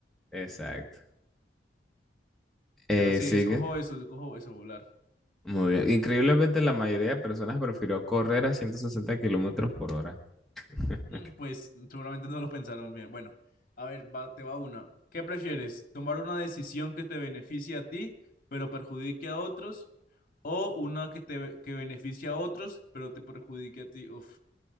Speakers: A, in the centre; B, on the left (about 50°).
A: exacto. Eh,
B: Pero sí,
A: sigue.
B: escojo eso, escojo eso, volar.
A: Muy bien. Increíblemente, la mayoría de personas prefirió correr a 160 kilómetros por hora. <laughs>
B: Mm, Pues seguramente no lo pensaron bien. Bueno, a ver, va- te va una. ¿Qué prefieres? ¿Tomar una decisión que te beneficie a ti, pero perjudique a otros? ¿O una que te que beneficie a otros, pero te perjudique a ti? Uf.